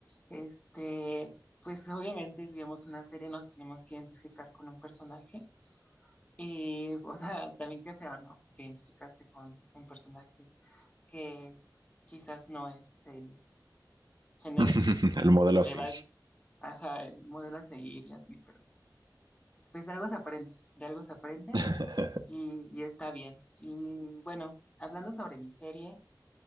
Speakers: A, on the left; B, on the right.
A: Este, pues obviamente si vemos una serie nos tenemos que identificar con un personaje. Y, o sea, <laughs> también qué feo, ¿no? Que te identificaste con un personaje que quizás no es el genérico,
B: <laughs> El modelo a
A: le
B: seguir.
A: va, ajá, el modelo a seguir y así, pero pues de algo se aprende, de algo se aprende
B: <laughs>
A: y, y está bien. Y bueno, hablando sobre mi serie,